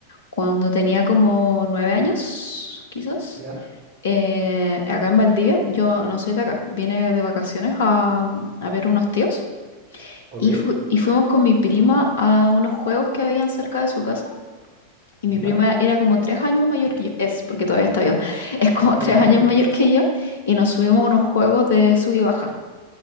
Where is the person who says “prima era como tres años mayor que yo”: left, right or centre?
Left